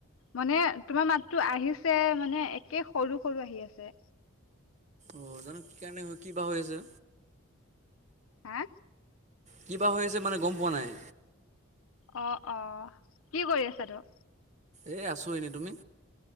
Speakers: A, on the left (about 75°); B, on the right (about 35°).
A: মানে তোমাৰ মাতটো আহিছে মানে একে সৰু সৰু আহি আছে।
B: অ' জানো কি কাৰণে কি বা হৈ আছে।
A: হা।
B: কিবা হৈ আছে মানে গম পোৱা নাই।
A: অহ অহ কি কৰি আছা তো।
B: এ আছো এনে তুমি।